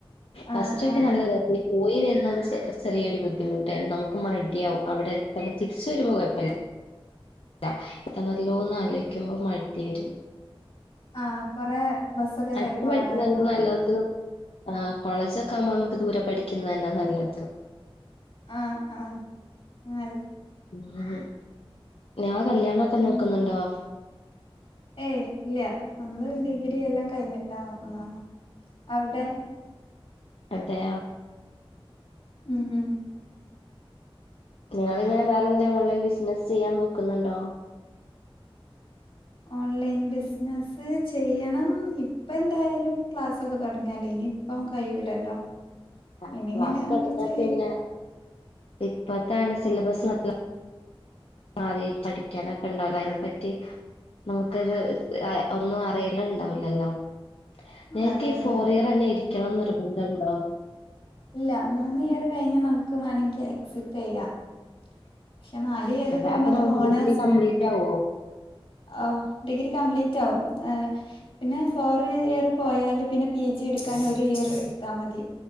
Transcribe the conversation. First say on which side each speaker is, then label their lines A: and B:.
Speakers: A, on the left (about 85°); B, on the left (about 65°).
A: ഫസ്റ്റ്ൊക്കെ
B: ആഹ് ആഹ്
A: നല്ലതായി പോയി വരുന്നത് ചെറിയൊരു ബുദ്ധിമുട്ടായി നമുക്ക് മടിയവുംും അവിടെ തന്നെ തിരിച്ചു വരുമ്പോയപ്പ ല്ല എണല്ലോന്ന് ആലോചിക്കുമ്പോൾ മഴത്തി വരും
B: ആഹ കൊറെ ബസ്സൊക്കെ
A: അടു
B: കേറി പോണായിരുന്നോ
A: പഠിച്ചതായിരുന്നു നല്ലും ആ കോളേജൊക്കെ ആവുമ്പോ നമുക്ക് ദൂരെ പഠിക്കുന്നതന്നാ നല്ലത്
B: ആഹ ആഹ് ആല്ല
A: ഉ ഞാൻ കല്യാണംൊക്കെ
B: പിന്നെ
A: നോക്കുന്നുണ്ടോ
B: ഏയ് ഇല്ല നമ്മള് ഡിഗ്രി എല്ലാം കഴിഞ്ഞിട്ടാ നോക്കുന്നതണോ അവിടെ
A: അതെ
B: ഉം ഉം
A: നിങ്ങളിങ്ങനെ വേറെന്ത ഓൺലൈൻ ബിസിനസ്സ് ചെയ്യാൻ നോക്കുന്നുണ്ടോ
B: ഓൺലൈൻ ബിസിനസ് ചെയ്യണം ഇപ്പ എന്തായാലും ക്ലാസ്ൊക്കെ തുടങ്ങല്ലേ ഇപ്പം കഴിയൂലല്ലോ
A: ആഹ്
B: ഇനി
A: ക്ലാസ്
B: ഇങ്ങനെ
A: തുടങ്ങിയ
B: കൊറച്ച്
A: പിന്നെ
B: ലീ
A: ഇപ്പത്താണ് സിലബസ് നല്ല മാറി പഠിക്കാനൊക്കെ ഉണ്ടാവല്ലേ അതിനെ പറ്റി നമുക്കൊരു ഒന്നും അറിയല് ഉണ്ടാവില്ലല്ലോ ഞങ്ങക്ക്
B: അതെ
A: ഈ
B: അതെ
A: ഫോറിയറ് തന്നെ ഇരിക്കണം നിർബന്ധമുണ്ടോ
B: ഇല്ല മൂന്നിയർ കഴിഞ്ഞ നമുക്ക് വേണമെങ്കിൽ എക്സിറ്റ് ചെയ്യാം പക്ഷെ നാലിയർ
A: അതെ
B: പോകുമ്പോ
A: അപ്പൊ
B: അത്
A: നമുക്ക്
B: ഓണേഴസ്
A: ഡിഗ്രി കംപ്ലീറ്റ് ആവോ
B: ഓ ഡിഗ്രി കംപ്ലീറ്റ് ആവും പിന്നെ ഫോർ ഇയർ പോയാല് പിന്നെ പി ജി എടുക്കാൻ ഒരു ഇയർ എടുത്താ മതി